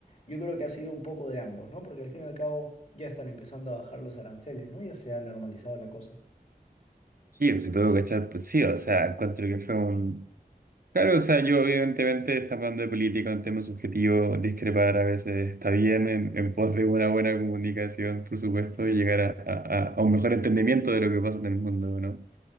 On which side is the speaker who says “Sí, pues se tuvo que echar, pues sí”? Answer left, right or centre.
Right